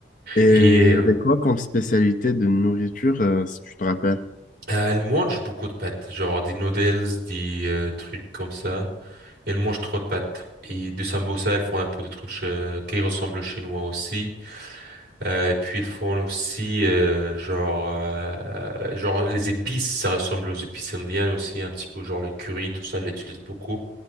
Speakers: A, on the left (about 45°); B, on the right (about 65°).
A: Et
B: Et,
A: il y
B: euh,
A: avait quoi comme spécialité de nourriture, euh, si tu te rappelles?
B: elle mange beaucoup de pâtes, genre des noodles, des euh, trucs comme ça. Elle mange trop de pâtes. Et de sambosa, elles font un peu de trucs euh, qui ressemblent aux chinois aussi. Euh, et puis, ils font aussi, euh, genre, euh, genre, les épices, ça ressemble aux épices indiennes aussi, un petit peu, genre le curry, tout ça, elle l'utilise beaucoup.